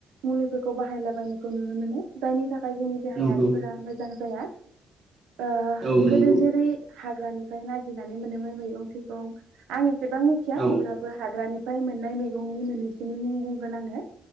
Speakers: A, on the right; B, on the right.
A: मुलिफोरखौ बाहायलाबायनायखौ नुनो मोनो जायनि थाखाय जोंनि देहायारिफोरा
B: नंगौ
A: मोजां जाया। ओ
B: औ
A: गोदो
B: नंगौ
A: जेरै हाग्रानिफ्राय नागिरनानै मोनोमोन मैगं थोयगं आं एसेबां थिया
B: औ
A: अब्लाबो हाग्रानि फ्राय मोननाय मैगंनि मोननैसोनि मुं बुंगोन आङो।